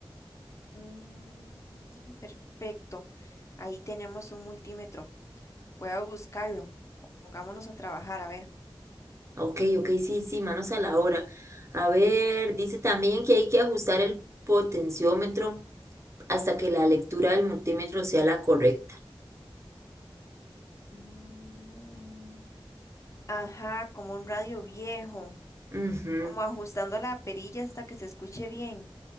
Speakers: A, on the left; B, on the right.
A: Mm, perfecto. Ahí tenemos un multímetro. Voy a buscarlo. Pongámonos a trabajar, a ver.
B: Ok, ok, sí, sí, manos a la obra. A ver, dice también que hay que ajustar el potenciómetro hasta que la lectura del multímetro sea la correcta.
A: Mm, Ajá, como un radio viejo,
B: Ujú.
A: como ajustando la perilla hasta que se escuche bien.